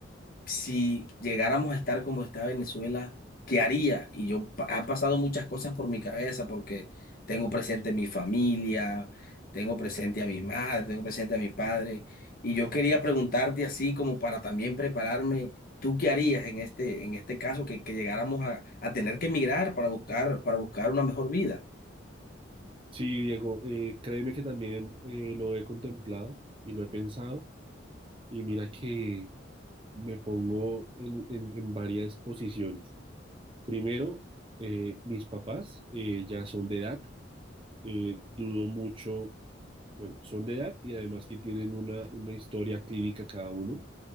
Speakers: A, on the left; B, on the right.
A: si llegáramos a estar como está Venezuela, ¿qué haría? Y yo, pa- han pasado muchas cosas por mi cabeza porque tengo presente mi familia, tengo presente a mis madres, tengo presente a mi padre. Y yo quería preguntarte así como para también prepararme, ¿tú qué harías en este, en este caso que, que llegáramos a, a tener que emigrar para buscar, para buscar una mejor vida?
B: Sí, Diego, eh, créeme que también eh, lo he contemplado y lo he pensado y mira que me pongo en, en- en varias posiciones. Primero, eh, mis papás eh, ya son de edad, eh, dudo mucho, bueno, son de edad y además que tienen una, una historia clínica cada uno